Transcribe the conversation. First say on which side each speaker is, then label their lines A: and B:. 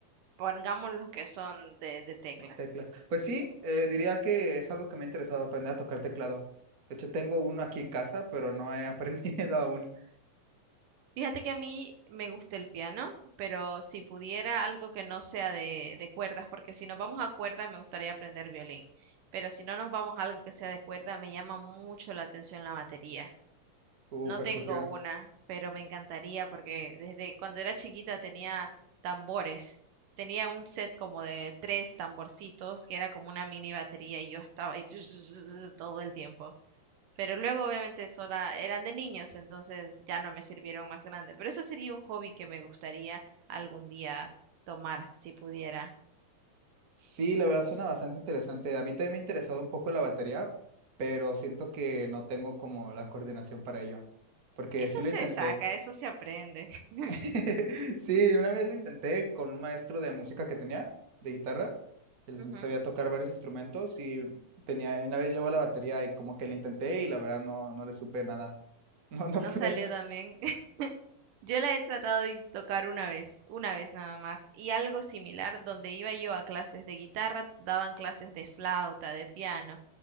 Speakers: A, on the right; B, on the right.
A: pongamos los que son de de teclas.
B: Tecla. Pues sí, eh, diría que es algo que me ha interesado aprender a tocar teclado. De hecho, tengo uno aquí en casa, pero no he <laughs> aprendido aún
A: Fíjate que a mí me gusta el piano, pero si pudiera algo que no sea de, de cuerdas, porque si nos vamos a cuerdas me gustaría aprender violín, pero si no nos vamos a algo que sea de cuerda, me llama mucho la atención la batería.
B: su
A: No
B: percusión.
A: tengo una, pero me encantaría porque desde cuando era chiquita tenía tambores. Tenía un set como de tres tamborcitos que era como una mini batería y yo estaba ahí <laughs> todo el tiempo. Pero luego, obviamente, sola, eran de niños, entonces ya no me sirvieron más grande. Pero eso sería un hobby que me gustaría algún día tomar, si pudiera.
B: Sí, la verdad suena bastante interesante. A mí también me ha interesado un poco la batería, pero siento que no tengo como la coordinación para ello, porque
A: Eso
B: sí lo
A: se
B: intenté.
A: saca, eso se aprende. <laughs>
B: <laughs> Sí, una vez lo intenté con un maestro de música que tenía, de guitarra. Él
A: Ujú.
B: sabía tocar varios instrumentos y tenía, una vez llevó la batería y como que la intenté y la verdad no, no le supe nada. <laughs> No, no
A: No
B: pude
A: salió
B: hacer.
A: también Yo la he tratado de tocar una vez, una vez nada más, y algo similar, donde iba yo a clases de guitarra, daban clases de flauta, de piano,